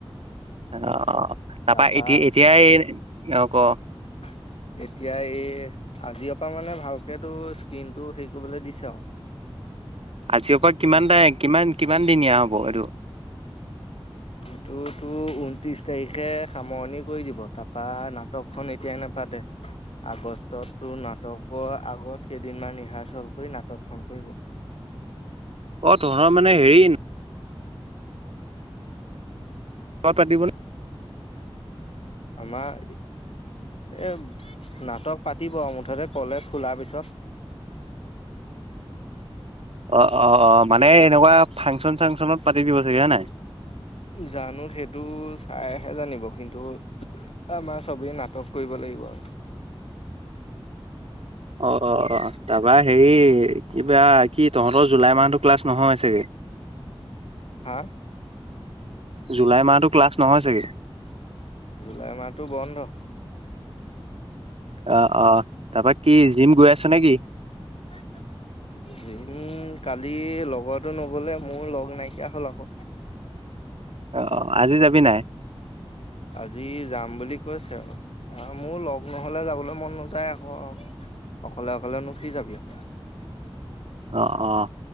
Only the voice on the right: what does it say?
অ অ তাৰাপা
এতিয়া এতিয়াই অ' ক'
আজিঅপা কিমান <unintelligible> কিমান কিমান দিনীয়া হ'ব এইটো।
অ তহঁতৰ মানে হেৰি <unintelligible> পাতিব
অ, অ, অ' মানে এনেকুৱা ফাংচন, চাংচনত পাতি দিব জেগা নাই।
অঁ অঁ অঁ, তাৰপা হেৰি কিবা কি তহঁতৰ জুলাই মাহতো ক্লাছ নহয় চাগে?
জুলাই মাহতো ক্লাছ নহয় চাগে?
অ‍ঁ অঁ তাপা কি জিম গৈ আছ নে কি?
অঁ অঁ আজি যাবি নাই?
অঁ অঁ।